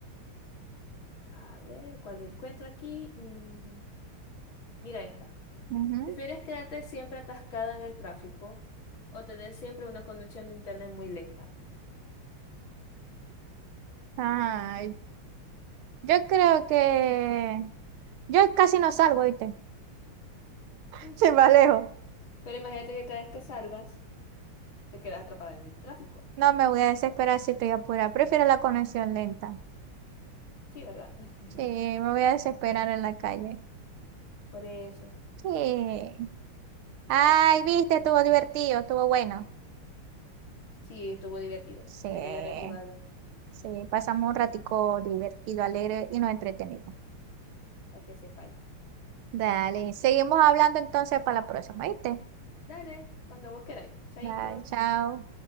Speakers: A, on the left (about 65°); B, on the right (about 75°).
A: a ver, ¿cuál encuentro aquí? Mm, mira esta.
B: Ujú.
A: ¿Prefieres quedarte siempre atascada en el tráfico o tener siempre una conexión de internet muy lenta?
B: Ay, yo creo que yo casi no salgo, ¿viste? <laughs>
A: Mm,
B: Se me alejo.
A: Pero imagínate que cada vez que salgas, te quedas atrapada en el tráfico.
B: No me voy a desesperar si estoy apurada. Prefiero la conexión lenta.
A: Sí, ¿verdad? <laughs>
B: Sí, me voy a desesperar en la calle.
A: Por eso.
B: Sí. Ay, viste, estuvo divertido, estuvo bueno.
A: Sí, estuvo divertido.
B: Sí,
A: Me alegra haber jugado,
B: sí, pasamos un ratico divertido, alegre y nos entretenimos.
A: para que sepáis.
B: Dale, seguimos hablando entonces para la próxima, ¿viste?
A: Dale, cuando vos queráis. Chaito.
B: Dale, chao.